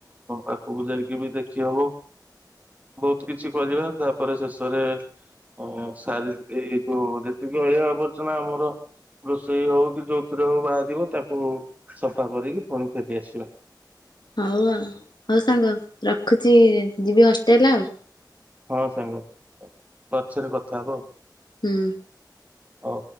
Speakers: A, on the right (about 20°); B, on the left (about 75°).
A: ପାଖକୁ ଯାଇିକି ବି ଦେଖି ହବ। ବହୁତ କିଛି କରିବା ତାପରେ ଶେଷରେ ଓ ସାରି ଏଇ ଯୋଉ ଯେତିକି ଅଳିଆ ଆବର୍ଜନା ଆମର ରୋଷେଇ ହଉ କି ଯୋଉଥିରେ ହଉ ବାହାରିବ ତାକୁ ସଫା କରିକି ପୁଣି ଫେରିଆସିବା।
B: ହଉ ଆଉ ହଉ ସାଙ୍ଗ ରଖୁଛି ଯିବି ହଷ୍ଟେଲ ଆଉ।
A: ହଁ ସାଙ୍ଗ ପଛରେ କଥା ହବା ଆଉ।
B: ହୁଁ।
A: ହଉ।